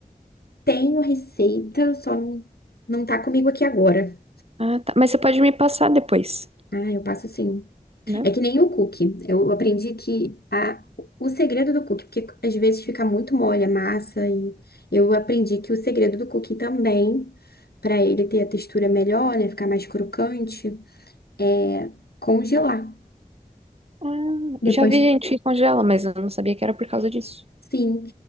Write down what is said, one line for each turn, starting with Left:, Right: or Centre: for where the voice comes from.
Left: Tenho receita, só não, não tá comigo aqui agora.
Right: Ah, tá. Mas você pode me passar depois,
Left: Ah, eu passo sim.
Right: né?
Left: É que nem o cookie. Eu aprendi que a, o segredo do cookie, porque às vezes fica muito mole a massa, e eu aprendi que o segredo do cookie também, para ele ter a textura melhor, né, ficar mais crocante, é congelar.
Right: Ah,
Left: Depois
Right: já vi gente que congela, mas eu não sabia que era por causa disso.
Left: Sim,